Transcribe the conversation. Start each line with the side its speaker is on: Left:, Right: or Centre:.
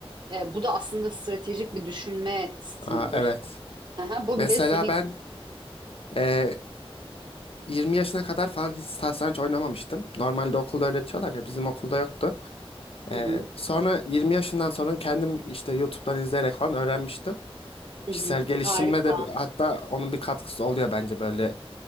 Right: E, bu da aslında stratejik bir düşünme stilidir.
Left: Aa, evet.
Right: Aha, bu
Left: Mesela
Right: bile seni...
Left: ben e, 20 yaşına kadar falan hiç satranç oynamamıştım. Normalde okulda öğretiyorlar ya bizim okulda yoktu. Ee,
Right: Hı hı,
Left: sonra 20 yaşından sonra kendim işte YouTube'dan izleyerek falan öğrenmiştim.
Right: hı
Left: Kişisel
Right: hı.
Left: gelişimle
Right: harika.
Left: de bir- hatta onun bir katkısı oluyor bence böyle.